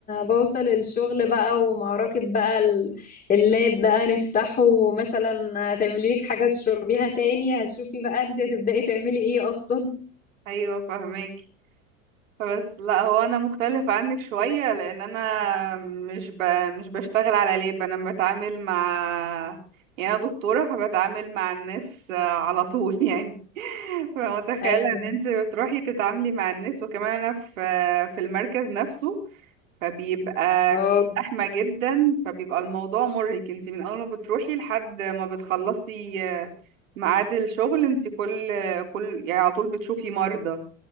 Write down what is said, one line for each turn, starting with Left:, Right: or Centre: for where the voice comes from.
Left: بوصل الشغل بقى ومعركة بقى ال- اللاب بقى نفتحه مثلا هتعملي لك حاجة تشربيها تاني هتشوفي بقى انت هتبدأي تعملي ايه اصلا
Right: أيوة فهماكي بس لا هو انا مختلف عنك شوية لان انا مش ب... مش بشتغل على لاب انا بتعامل مع يعني انا دكتورة فبتعامل مع الناس آه، على طول يعني <laughs> فمتخيلة
Left: <laughs> ايوه
Right: ان انت بتروحي تتعاملي مع الناس وكمان انا في في المركز نفسه فبيبقى
Left: اه
Right: في زحمة جدا فبيبقى الموضوع مرهق انت من اول ما بتروحي لحد ما بتخلصي آه، ميعاد الشغل انت كل كل يعني على طول بتشوفي مرضى